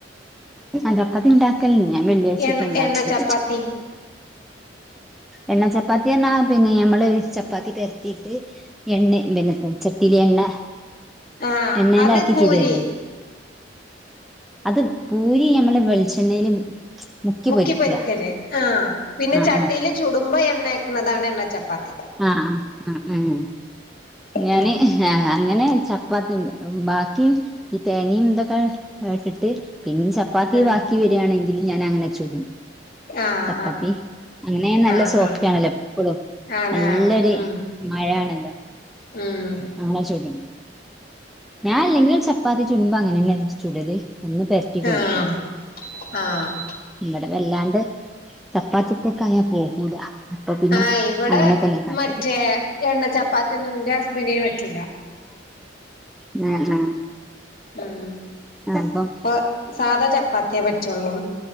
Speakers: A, in the centre; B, on the left (about 55°).
A: അന്താ ചപ്പാത്തി ഇണ്ടാക്കൽ ഞാൻ വെള്ളിയാഴ്ചൊക്കെ
B: എണ്ണ
A: ഇണ്ടാക്കല്,
B: എണ്ണ ചപ്പാത്തി
A: എണ്ണ ചപ്പാത്തിയെന്നാ പിന്നെ ഞമ്മള് ചപ്പാത്തി പരത്തീട്ട്, എണ്ണ പിന്നത്തെചട്ടിയില് എണ്ണ
B: ആഹ്
A: എണ്ണയിലാക്കിച്ചുടല്ലേ,
B: അത് പൂരി
A: അത് പൂരി നമ്മള് വെളിച്ചെണ്ണയില്, മുക്കി
B: മുക്കിപ്പൊരിക്കല്
A: പൊരിക്കുക
B: ആഹ് പിന്നെ
A: ആഹ്
B: ചട്ടിൽ ചുടുമ്പോ എണ്ണതേക്കുന്നതാണ് എണ്ണ ചപ്പാത്തി,
A: ആഹ് ആഹ് ആഹ് ഉം ഞാന്,
B: ഉം
A: ആഹ് അങ്ങനെ ചപ്പാത്തി ബാക്കി ഈ തേങ്ങിമ് ഇതൊക്കെ ഇട്ടിട്ട്, പിൻ ചപ്പാത്തി
B: ആഹ്
A: ബാക്കി വരാണെങ്കിൽ ഞാൻ അങ്ങനെ ചൂടും,
B: ആഹ്
A: ചപ്പാത്തി അങ്ങനെ നല്ല
B: ആഹ്
A: സോഫ്റ്റ്
B: ആഹ്
A: ആണല്ലോ എപ്പളും,
B: ആണ്
A: നല്ലൊരു
B: ആണ് ഉം
A: മയയാണല്ലോ,
B: ഉം
A: ആങ്ങനെചുടും ഞാൻ അല്ലെങ്കിലു ചപ്പാത്തി ചൂടുമ്പോ അങ്ങനെന്നേ ചൂടലേ ഒന്ന് പെര ത്തി കൊടുക്കും.
B: ആഹ് ആഹ്
A: ഇവിടെവല്ലാണ്ട് ചപ്പാത്തിക്കൊക്കെ ആയാൽ പോകൂല, അപ്പൊ പിന്നെ
B: ആഹ് ഇവിടെ
A: അങ്ങനെയൊക്കെന്നെ കാട്ടല്
B: മറ്റേ എണ്ണചപ്പാത്തി ഒന്നുന്റെ ഹസ്ബന്റന് പറ്റൂല,
A: നാ ആഹ്
B: ഉം
A: അപ്പം
B: പ്പ സാധാ ചപ്പാത്തിയേ പറ്റുള്ളൂ